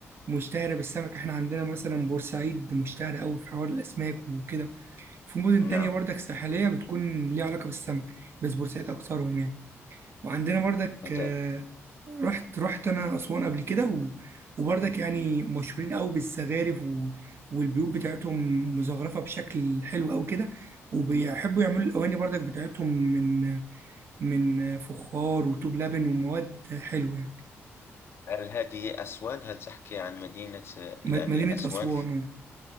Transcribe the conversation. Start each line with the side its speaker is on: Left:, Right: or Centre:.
Right: مشتهره بالسمك احنا عندنا مثلا بورسعيد مشتهره قوي في حوار الاسماك وكده في مدن تانية
Left: نعم
Right: برضك ساحليه بتكون ليها علاقه بالسمك بس بورسعيد اكترهم يعني وعندنا بردك
Left: هذا-
Right: آه، رحت رحت انا اسوان قبل كده و... وبردك يعني مشهورين قوي بالزخارف و... والبيوت بتاعتهم مزخرفه بشكل حلو قوي كده وبيحبوا يعملوا الاواني بردك بتاعتهم من من فخار وطوب لبن ومواد حلوه
Left: هل هذه أسوان هل تحكي عن مدينة آه،
Right: مد-
Left: يعني
Right: مدينه
Left: أسوان
Right: اسوان
Left: في...
Right: آه.